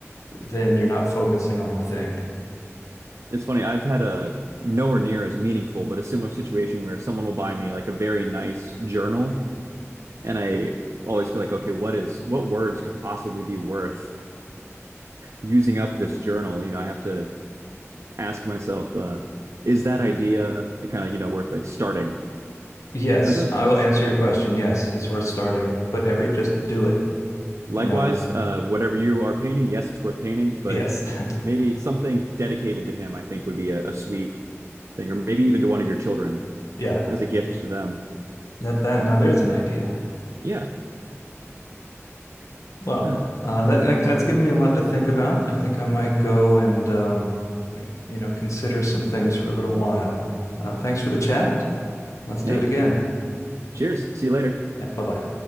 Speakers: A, on the left; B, on the right.
A: then you're not focusing on the thing.
B: It's funny, I've had a nowhere near as meaningful, but a similar situation where someone will buy me like a very nice journal, and I always feel like, okay, what is what words could possibly be worth using up this journal? You know, I have to ask myself, uh, is that idea kind of, you know, worth like starting?
A: Yes,
B: But no,
A: I
B: that's
A: will answer your question. Yes, it's worth starting. Put every, just do it,
B: likewise,
A: you know.
B: uh, whatever you are painting, yes, it's worth painting, but
A: Yes. <laughs>
B: maybe something dedicated to him, I think would be a, a sweet thing, or maybe even to one of your children
A: Yeah.
B: as a gift to them.
A: That that now there's an idea.
B: Yeah.
A: Well,
B: Huh.
A: uh that that- that's given me a lot to think about. I think I might go and um, you know, consider some things for a little while. Uh thanks for the chat. Let's do
B: Hey.
A: it again.
B: Cheers. See you later.
A: Yeah, bye-bye.